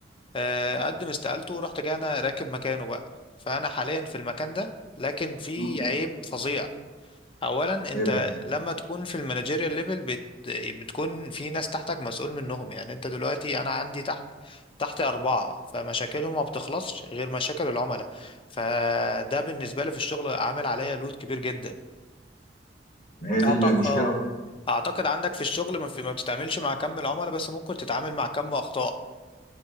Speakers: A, on the left; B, on the left.
A: آه، قدم استقالته ورحت جاي أنا راكب مكانه بقى فأنا حاليا في المكان ده لكن في
B: آه،
A: عيب فظيع اولا انت
B: ايه بقى
A: لما تكون في المانجيريال ليفل بت... بتكون في ناس تحتك مسؤول منهم يعني انت دلوقتي انا عندي تحت تحتي اربعه فمشاكلهم ما بتخلصش غير مشاكل العملاء فده بالنسبه لي في الشغل عامل عليا لود كبير جدا
B: ما هي دي
A: أعط-
B: المشكله
A: اه اعتقد عندك في الشغل ما, في... ما بتتعاملش مع كم العملاء بس ممكن تتعامل مع كم اخطاء